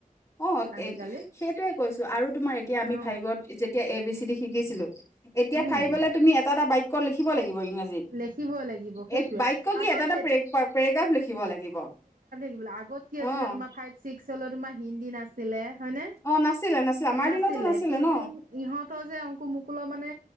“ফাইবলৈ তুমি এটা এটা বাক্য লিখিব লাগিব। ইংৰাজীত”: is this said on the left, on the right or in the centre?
Left